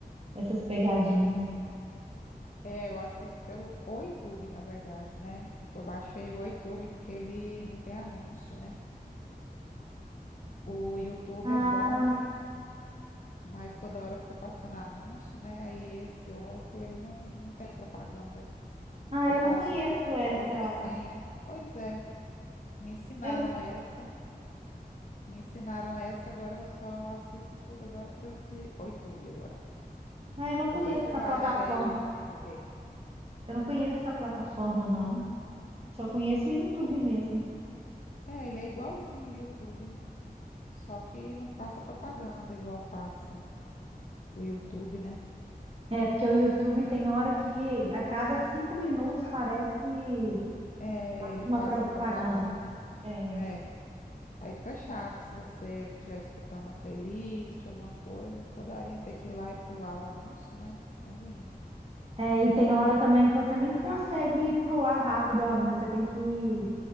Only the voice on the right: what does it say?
essas pegadinhas.
Ah,
ah,
eu
não conheço
essa.
Eu,
ah, eu não
conheço
essa
plataforma.
Eu não conheço essa plataforma, não. Só conheço o YouTube mesmo.
É, porque o YouTube tem hora que a cada cinco minutos parece
uma
propaganda.
É.
É, e tem hora também que você nem consegue pular rápido o anúncio. Você tem que